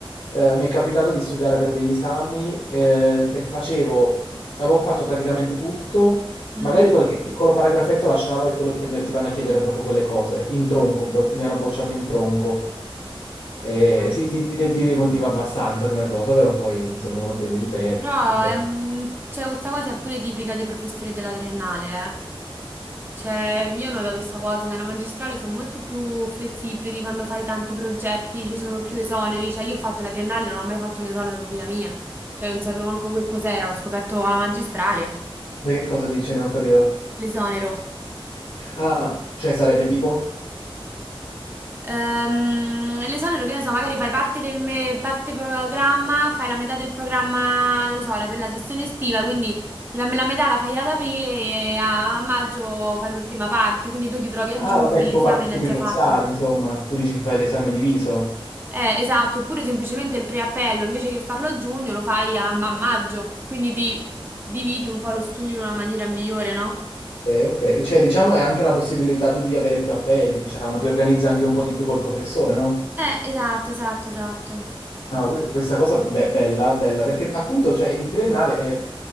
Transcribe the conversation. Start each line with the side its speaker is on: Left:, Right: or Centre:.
Left: eh, mi è capitato di studiare per degli esami eh, e facevo, avevo fatto praticamente tutto,
Right: Mhm.
Left: magari qualche piccolo paragrafetto lasciavo e quello, ti, ti vanno a chiedere proprio quelle cose, in tronco, bro- mi hanno bocciato in tronco. Eh,
Right: No, infatti.
Left: sì, ti, ti, ti demotiva abbastanza come cosa, però poi insomma uno deve
Right: Sì,
Left: ripetere,
Right: però
Left: riprova.
Right: ehm, cioè, questa cosa è pure tipica dei professori della triennale, eh. Cioè, io ho notato questa cosa, nella magistrale sono molto più flessibili, ti fanno fare tanti progetti, ci sono più esoneri, cioè io ho fatto la triennale, non ho mai fatto un esonero in vita mia, cioè non sapevo manco che cos'era, l'ho scoperto alla magistrale,
Left: Ma che cosa dici? Non ho capito.
Right: l'esonero.
Left: Ah, cioè sarebbe tipo?
Right: Ehm, l'esonero, che ne so, magari fai parte del me- parte programma, fai la metà del programma, non lo so, la- per la sessione estiva, quindi la, la metà la fai ad aprile e a maggio fai l'ultima parte, quindi tu ti trovi a
Left: Ah,
Right: giugno
Left: vabbè,
Right: che
Left: tipo,
Right: l'esame
Left: par-
Right: l'hai
Left: tipo
Right: già
Left: i parziali,
Right: fatto.
Left: insomma. Tu dici fai l'esame diviso.
Right: Eh, esatto, oppure semplicemente il preappello, invece che farlo a giugno, lo fai a, a maggio, quindi ti dividi un po' lo studio in una maniera migliore, no?
Left: Ok, ok. Cioè, diciamo, è anche la possibilità tu di avere più appelli, diciamo, ti organizzi anche un po' di più col professore, no?
Right: Eh, esatto, esatto, esatto.
Left: No, que- questa cosa be- bella, bella, perché appunto, cioè, in triennale è,